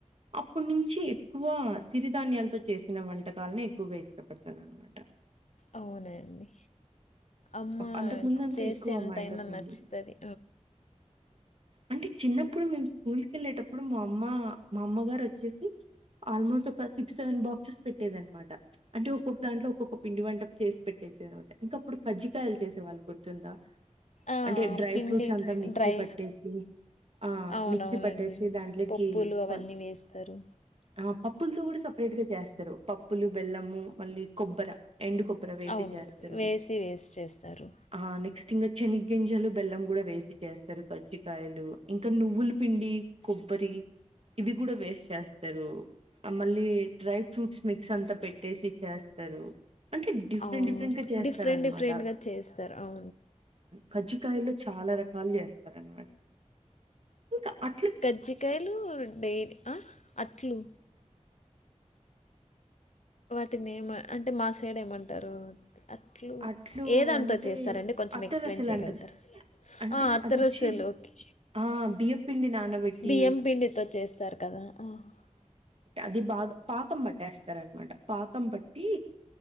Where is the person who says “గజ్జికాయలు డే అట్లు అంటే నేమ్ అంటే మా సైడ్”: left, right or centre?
Left